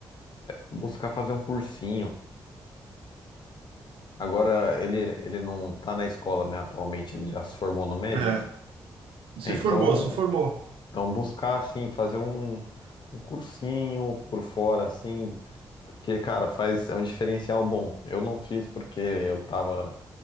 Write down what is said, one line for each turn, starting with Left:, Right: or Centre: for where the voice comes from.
Left: buscar fazer um cursinho. Agora ele, ele não tá na escola, né, atualmente, ele já se formou no médio.
Right: É, se
Left: É, então,
Right: formou, se formou.
Left: então buscar assim, fazer um, um cursinho por fora, assim, porque, cara, faz é um diferencial bom. Eu não fiz porque eu tava